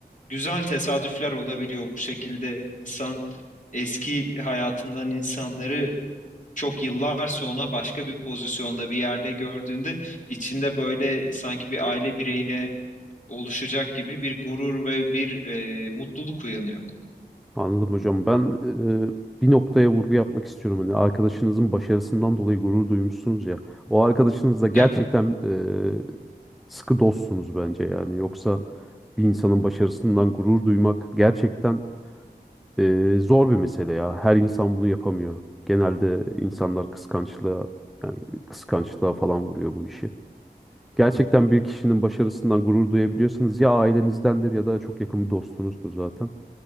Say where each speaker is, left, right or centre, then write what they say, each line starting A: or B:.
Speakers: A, on the left; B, in the centre.
A: Güzel tesadüfler olabiliyor bu şekilde. İnsan eski hayatından insanları çok yıllar sonra başka bir pozisyonda bir yerde gördüğünde içinde böyle sanki bir aile bireyine oluşacak gibi bir gurur ve bir e, mutluluk uyanıyor.
B: Anladım hocam. Ben e, bir noktaya vurgu yapmak istiyorum. Hani arkadaşınızın başarısından dolayı gurur duymuşsunuz ya. O arkadaşınızla gerçekten
A: Evet.
B: e, sıkı dostsunuz bence yani. Yoksa bir insanın başarısından gurur duymak gerçekten e, zor bir mesele ya. Her insan bunu yapamıyor. Genelde insanlar kıskançlığa, yani kıskançlığa falan vuruyor bu işi. Gerçekten bir kişinin başarısından gurur duyabiliyorsanız ya ailenizdendir ya da çok yakın bir dostunuzdur zaten.